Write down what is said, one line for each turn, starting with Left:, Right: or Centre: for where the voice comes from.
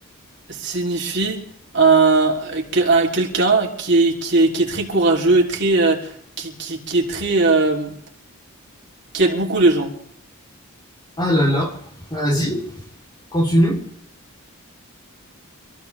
Right: signifie un, que- un- quelqu'un qui est, qui est, qui est très courageux, très, euh, qui, qui, qui est très, euh, qui aide beaucoup les gens.
Left: Ah là là. Vas-y, continue.